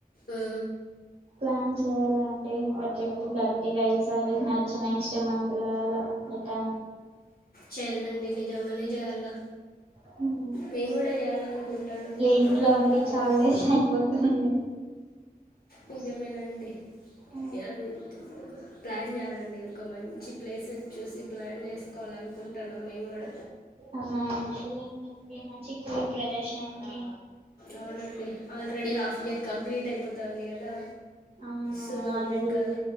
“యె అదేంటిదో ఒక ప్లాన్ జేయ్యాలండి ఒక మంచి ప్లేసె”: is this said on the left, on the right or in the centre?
Left